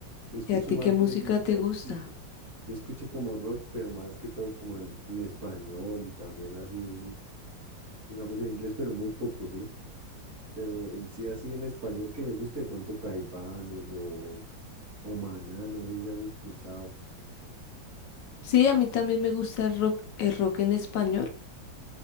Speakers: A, on the right; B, on the left.
A: Yo escucho
B: ¿Y a ti
A: más
B: qué música
A: bien
B: te
A: rockcito.
B: gusta?
A: Yo escucho como rock, pero más que todo como en, en español y también así, digamos en inglés, pero muy poco, ¿sí? Pero en sí así en español que me guste, de pronto Caifanes o, o Maná, no sé si has escuchado.
B: Sí, a mí también me gusta el rock, el rock en español